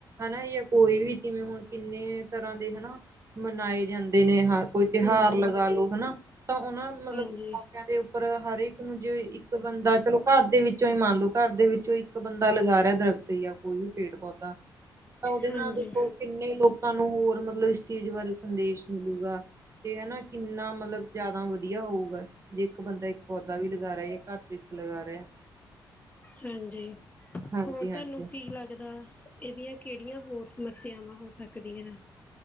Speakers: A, on the right; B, on the left.
A: ਹਨਾ ਜਾਂ ਕੋਈ ਵੀ ਜਿਵੇਂ ਹੁਣ ਕਿੰਨੇ ਤਰ੍ਹਾਂ ਦੇ ਹਨਾ ਮਨਾਏ ਜਾਂਦੇ ਨੇ ਕੋਈ ਤਿਉਹਾਰ
B: ਹੂੰ
A: ਲਗਾ ਲੋ ਹਨਾ ਤਾਂ ਉਹਨਾ ਮਤਲਬ
B: ਹਾਂਜੀ
A: ਮੌਕਿਆਂ ਦੇ ਉੱਪਰ ਹਰ ਇੱਕ ਨੂੰ ਜੇ ਇੱਕ ਬੰਦਾ ਚਲੋ ਘਰ ਦੇ ਵਿੱਚ ਚਾਹੇ ਮੰਨ ਲਓ ਘਰ ਦੇ ਵਿੱਚ ਵਿੱਚੋਂ ਇੱਕ ਬੰਦਾ ਲਗਾ ਰਿਹਾ ਦਰਖਤ ਤੇ ਯਾ ਕੋਈ ਵੀ ਪੇੜ ਪੌਦਾ ਤਾਂ ਉਹਦੇ
B: ਹਾਂਜੀ
A: ਨਾਲ ਦੇਖੋ ਕਿੰਨੇ ਲੋਕਾਂ ਨੂੰ ਹੋਰ ਮਤਲਬ ਇਸ ਚੀਜ਼ ਬਾਰੇ ਸੰਦੇਸ਼ ਮਿਲੂਗਾ ਤੇ ਹੈ ਨਾ ਕਿੰਨਾ ਮਤਲਬ ਜ਼ਿਆਦਾ ਵਧੀਆ ਹੋਊਗਾ ਜੇ ਇੱਕ ਬੰਦਾ ਇੱਕ ਪੌਦਾ ਵੀ ਲਗਾ ਰਿਹਾ ਹੈ ਘਰ ਵਿੱਚ ਲਗਾ ਰਿਹਾ
B: ਹਾਂਜੀ
A: ਹਾਂਜੀ-ਹਾਂਜੀ।
B: ਹੋਰ ਤੁਹਾਨੂੰ ਕੀ ਲੱਗਦਾ ਇਹਦੀਆਂ ਕਿਹੜੀਆਂ ਹੋਰ ਸਮੱਸਿਆਵਾਂ ਹੋ ਸਕਦੀਆਂ